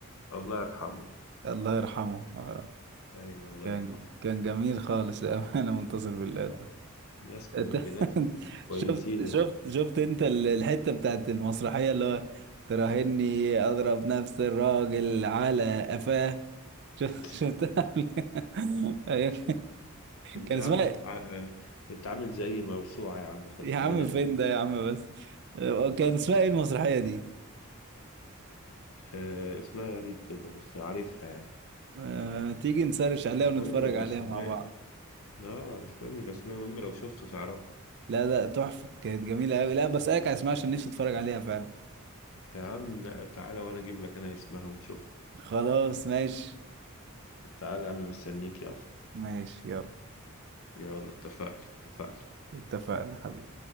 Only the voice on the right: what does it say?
الله يرحمه آه.
كان
كان جميل خالص انا <laughs> منتصر بالله
ده
أنت- <laughs>
شفت شفت شفت انت ال- الحتة بتاعت المسرحية اللي هو تراهني اضرب نفس الراجل على قفاه شفت
شفت <laughs> أيوة.
كان
اسمها
يا
عم
فين ده يا عم بس آه، كان اسمها ايه المسرحية دي
أه تيجي نسرش عليها
ونتفرج
عليها مع بعض
لا لا تحفة كانت جميلة قوي لا بسألك على اسمها عشان نفسي اتفرج عليها فعلا
خلاص ماشي
ماشي يلا
اتفقنا حبيبي